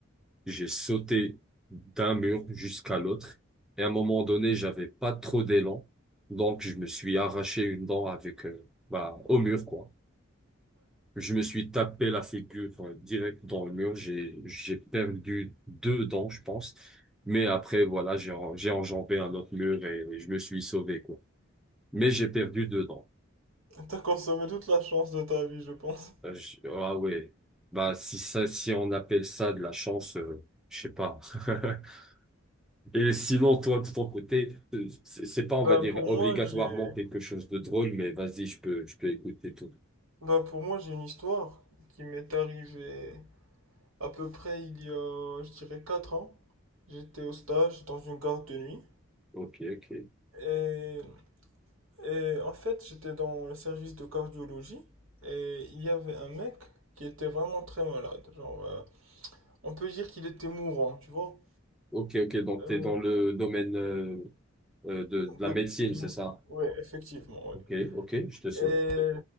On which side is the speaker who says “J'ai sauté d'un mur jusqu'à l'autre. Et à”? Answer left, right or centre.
Centre